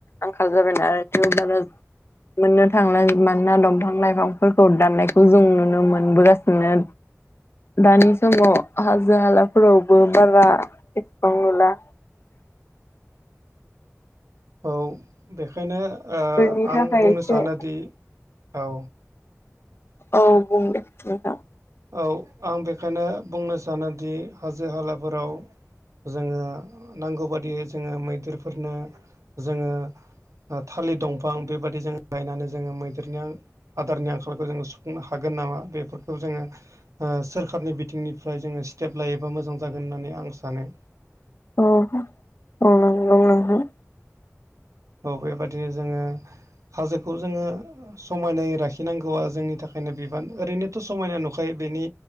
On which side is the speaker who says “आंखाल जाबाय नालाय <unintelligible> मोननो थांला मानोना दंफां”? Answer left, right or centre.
Left